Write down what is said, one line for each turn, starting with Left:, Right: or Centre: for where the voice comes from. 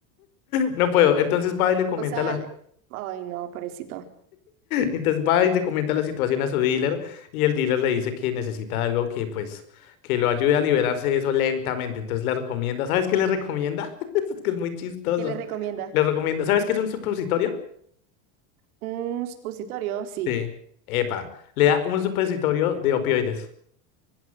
Left: no puedo. Entonces va y le comenta
Right: O sea,
Left: a la...
Right: le- ay, no, pobrecito.
Left: Entonces va y le comenta la situación a su dealer y el dealer le dice que necesita algo que pues que lo ayude a liberarse de eso lentamente. Entonces le recomienda, ¿sabes qué le recomienda? <laughs> Es que es muy chistoso.
Right: ¿Qué le recomienda?
Left: Le recomienda, ¿sabes qué es un supositorio?
Right: Un supositorio, sí.
Left: Sí. Epa, le da un supositorio de opioides.